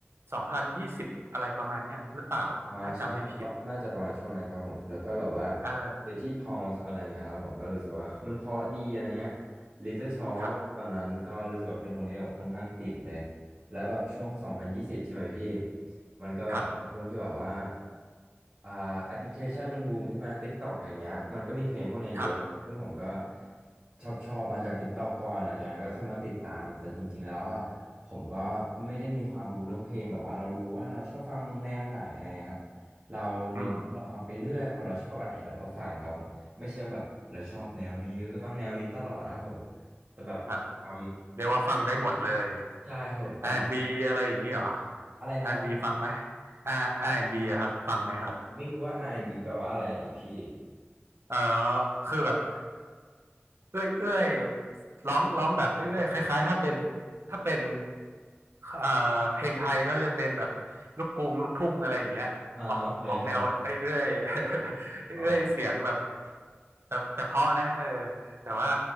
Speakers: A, on the right; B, on the right.
A: สองพันยี่สิบอะไรประมาณเนี้ยหรือเปล่า
B: อ่าใช่ครับปะน่าจะประมาณช่วงนั้นครับผมแล้วก็แบบว่า
A: ถ้าจำไม่ผิดเออ
B: เดี๋ยวที่พอลส์อะไรเงี้ยครับผมก็รู้สึกว่า <laughs> มันเพราะดีอะไรเงี้ย Little Talk
A: ครับ
B: ตอนนั้นก็รู้สึกว่าเป็นคนที่แบบค่อนข้างติดเลยแล้วแบบช่วง2020ใช่ไหมพี่มันก็แบบช่วงที่แบบว่า
A: ครับ
B: อ่าแอปพลิเคชันมันบูมใช่ไหม TikTok อย่างเงี้ยมันก็มีเพลงพวกเนี้ยเยอะซึ่งผมก็
A: ครับ
B: ชอบชอบมาจาก TikTok ก่อนหลังจากนั้นก็ค่อยมาติดตามแต่จริงๆแล้วอ่ะ ผมก็ไม่ได้มีความรู้เรื่องเพลงแบบว่าเรารู้ว่าเราชอบฟังแนวไหนอะไรเงี้ยครับเราเน้นเราฟังไปเรื่อยพอเราชอบอะไรเราก็ฟังครับผมไม่ใช่แบบเราชอบแนวนี้ก็ต้องแนวนี้ตลอดนะครับผม
A: อืม
B: แต่แบบความ
A: ครับ เรียกว่าฟังได้หมดเลย
B: ใช่ครับผมแต่
A: R&B อนด์บีอะไรอย่างนี้เหรอ R&B
B: อะไรนะครับผม
A: ฟังไหม R R&B อนด์บีอะครับฟังไหมครับ
B: ผมไม่รู้ว่า R&B แอนด์บีแปลว่าอะไรอะดิพี่
A: เออคือแบบ เอ้ยเอ้ยร้องร้องแบบเอ้ยเอยคล้ายๆถ้าเป็นถ้าเป็นเอ่อเพลงไทยก็จะเป็นแบบลูกกรุงลูกทุ่งอะไรอย่างเงี้ยออกออกแนวเอ้ยเอ้ย
B: อ่าโอเคครับ
A: <laughs> เอยเอ้ยเสียงแบบ
B: อ๋อ
A: แต่แต่เพราะนะเออแต่ว่า